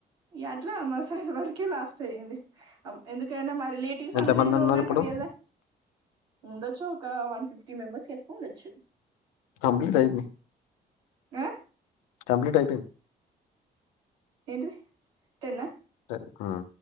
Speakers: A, on the right (about 90°); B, on the left (about 80°).
A: ఇగ అట్లా అమ్మసారి వరకే లాస్ట్ అయ్యంది. హం ఎందుకంట మా రిలేటివ్స్
B: ఎంత
A: అందరు
B: మంది
A: ఇందరు
B: ఉన్నారు
A: ఉన్నాక
B: ఇప్పుడు
A: వేరేల ఉండొచ్చు ఒక వన్ ఫిఫ్టీ మెంబర్స్ కి ఎక్కువ ఉండొచ్చు.
B: కంప్లీట్ అయింది
A: ఆ
B: కంప్లీట్ టైపింగ్
A: ఏంటి టెన్ ఆ
B: సరే ఉమ్